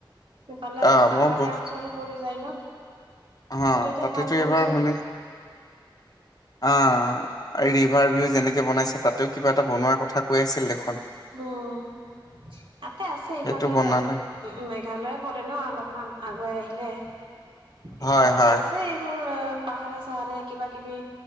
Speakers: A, on the right; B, on the left.
A: সেইফালে অলপ
B: আহ
A: পাহাৰীয়া
B: মই ব
A: অঞ্চলো পৰি যায় ন।
B: অ',
A: সেইটো এতিয়া
B: তাতেতো
A: ভাল কৰিছে
B: এবাৰ শুনি। অ', ৰিভাৰ ভিউ যেনেকে বনাইছে তাতেও কিবা এটা বনোৱাৰ কথা কৈ আছিল দেখোঁন।
A: অ'। তাতে আছে ইফালে
B: সেইটো বনালে
A: উম, মেঘালয়ে পৰে ন অলপমান আগুৱাই আহি। লে, এই
B: হয়
A: ফালে
B: হয়
A: আছে এইবোৰ। পাহাৰে চাহাৰে কিবা কিবি